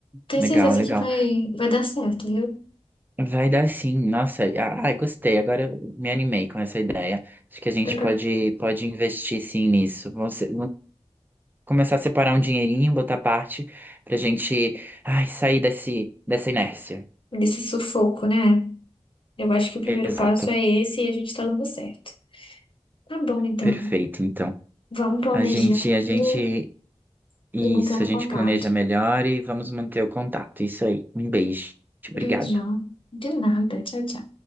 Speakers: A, on the left; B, on the right.
A: Tenho
B: legal,
A: certeza
B: legal.
A: que vai, vai dar certo, viu?
B: Vai dar sim, nossa, a- ai, gostei, agora eu me animei com essa ideia. Acho que a gente
A: Dá pra
B: pode,
A: me
B: pode investir sim nisso. Você, começar a separar um dinheirinho, botar parte pra gente, ai, sair desse, dessa inércia.
A: Desse sufoco, né? Eu acho que o primeiro
B: Exato.
A: passo é esse e a gente tá dando certo. Tá bom, então.
B: Perfeito, então.
A: Vamos planejando
B: A gente, a gente, isso,
A: e mantendo
B: a gente
A: contato.
B: planeja melhor e vamos manter o contato. Isso aí. Um beijo. Obrigado.
A: Beijão. De nada. Tchau, tchau.